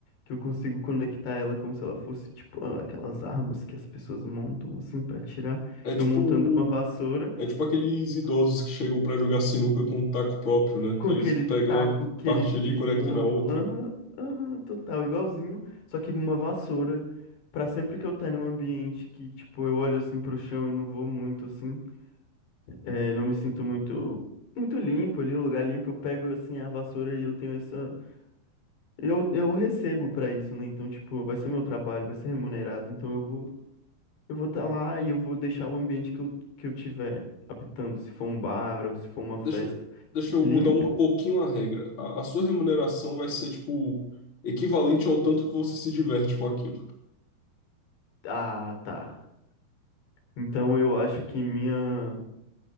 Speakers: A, on the left (about 80°); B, on the left (about 30°).
A: Que eu consigo conectar ela como se ela fosse, tipo, aquelas armas que as pessoas montam, assim, pra tirar.
B: É
A: Eu
B: tipo.
A: montando uma vassoura.
B: É tipo aqueles idosos que chegam pra jogar sinuca com um taco próprio, né?
A: Com
B: Que eles
A: aquele
B: pegam
A: taco
B: uma
A: que
B: parte
A: eles
B: ali
A: desmontam.
B: e conectam na outra.
A: Aham, aham, total, igualzinho. Só que uma vassoura. Pra sempre que eu tá num ambiente que, tipo, eu olho assim pro chão e não vou muito assim. é, não me sinto muito. Muito limpo ali, um lugar limpo, eu pego assim a vassoura e eu tenho essa. Eu, eu recebo pra isso, né? Então, tipo, vai ser meu trabalho, vai ser remunerado. Então eu vou eu vou estar lá e eu vou deixar o ambiente que eu, que eu tiver habitando, se for um bar ou se for uma festa,
B: Deixa, eu- deixa eu
A: limpo.
B: mudar um pouquinho a regra. A, a sua remuneração vai ser, tipo, equivalente ao tanto que você se diverte com aquilo.
A: Ah, tá. Então eu acho que minha,